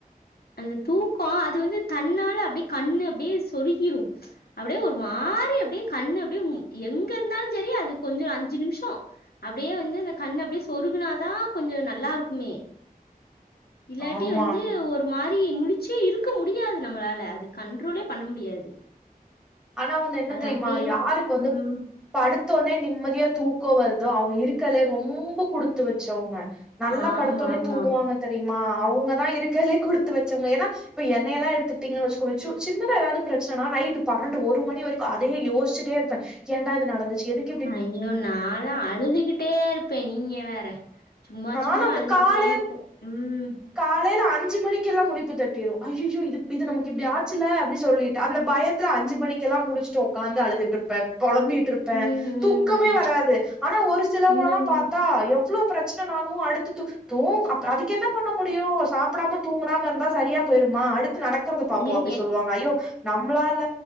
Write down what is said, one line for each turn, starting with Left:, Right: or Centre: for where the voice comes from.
Left: அந்த தூக்கம் அது வந்து தன்னால அப்டியே கண்ணு அப்டியே சொருகிரும் அப்டியே ஒரு மாரி அப்டியே கண்ணு அப்டியே எங்க இருந்தாலும் செரி அது கொஞ்சம் அஞ்சு நிமிஷோ அப்டியே வந்து இந்த கண் அப்டியே சொருகுனாதான் கொஞ்சம் நல்லா இருக்குமே இல்லாட்டி
Centre: ஆமா
Left: வந்து ஒரு மாரி முழிச்சே இருக்க முடியாது நம்மளால அது கண்ட்ரோலே பண்ண முடியாது
Centre: ஆனா ஒண்ணு என்ன
Left: அது
Centre: தெரியுமா
Left: அப்படியே
Centre: யாருக்கு வந்து
Left: ம்
Centre: படுத்தோடனே நிம்மதியா தூக்கம் வருதோ அவங்க இருக்கலே ரொம்ப குடுத்து வச்சவங்க நல்லா
Left: ஆமா
Centre: படுத்தோனே
Left: ஆமா
Centre: தூங்குவாங்க தெரியுமா அவுங்கதான் இருக்கறவங்களே குடுத்து வச்சவங்க ஏன்னா இப்ப எண்ணெல்லாம் எடுத்துகிட்டிங்கன்னு வச்சுக்கோங்களே சு சின்னதா ஏதாவது பிரச்சனைனா நைட் பன்னெண்டு ஒரு மணி வரைக்கும் அதையே யோசிச்சிட்டே இருப்பேன் ஏண்டா இது நடந்துச்சு எதுக்
Left: ஐயோ நாளா அழுதுகிட்டே இருப்பேன் நீங்க வேற சும்மா
Centre: நானு
Left: சும்மா
Centre: அப்டி
Left: அழுதுகிட்டே
Centre: கால்
Left: இருப்ப ம்
Centre: காலையில அஞ்சு மணிக்கெல்லாம் முழிப்பு தட்டிரும் ஐய்யயோ இ இது நமக்கு இப்டி ஆச்சுல அப்டி சொல்லிட்டு அந்த பய த்துல அஞ்சு மணிக்கெல்லாம் முழச்சிட்டு உக்கார்ந்து அழுதுட்டு இருப்பன் பொழம்பிட்டு இருப் இருப்பே
Left: ம்
Centre: துக்கமே வராது ஆனா ஒரு சிலவங்கல்லா
Left: ம் ம்
Centre: பாத்தா எவ்ளோ பிரச்சன நாளு அடுத்து து தோ அதுக்கு என்ன பண்ண முடியு சாப்டாம தூங்காம இருந்தா சரியா போயிருமா அடுத்து நடக் கறத பாப்போ
Left: ஐயோ!
Centre: சொல்லுவாங்க ஐயோ நாம்ளால